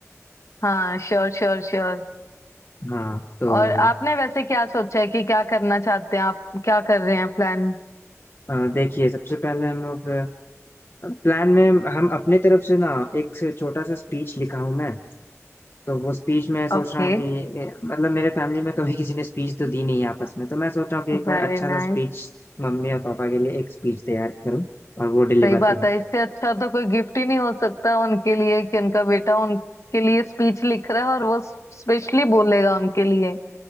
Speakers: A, on the left (about 70°); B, on the left (about 50°).
A: हाँ श्योर श्योर श्योर
B: हाँ तो
A: और आपने वैसे क्या सोचा है कि क्या करना चाहते हैं आप क्या कर रहे हैं प्लान
B: अ, देखिए सबसे पहले हम लोग प्लान में हम अपने तरफ से ना एक से छोटा सा स्पीच लिखा हूँ मैं तो वो स्पीच मैं सोच
A: ओके
B: रहा हूँ कि ए, मतलब मेरे फैमिली में कभी किसी ने स्पीच तो दी नहीं है आपस में तो मैं सोच रहा हूँ कि एक
A: Very
B: बार अच्छा
A: nice
B: सा स्पीच मम्मी और पापा के लिए एक स्पीच तैयार करूँ और वो डिलीवर
A: सही बात
B: करूँ
A: है इससे अच्छा तो कोई गिफ्ट ही नहीं हो सकता उनके लिए कि उनका बेटा उनके लिए स्पीच लिख रहा है और वो स्पेशली बोलेगा उनके लिए